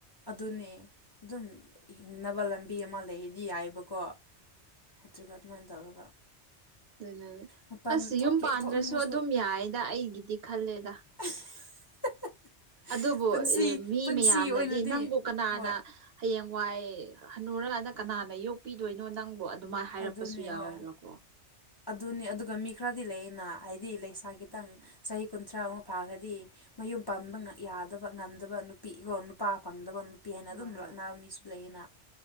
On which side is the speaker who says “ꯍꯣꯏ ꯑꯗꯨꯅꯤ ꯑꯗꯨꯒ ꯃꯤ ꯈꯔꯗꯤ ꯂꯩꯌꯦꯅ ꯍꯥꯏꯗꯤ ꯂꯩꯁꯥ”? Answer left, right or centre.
Left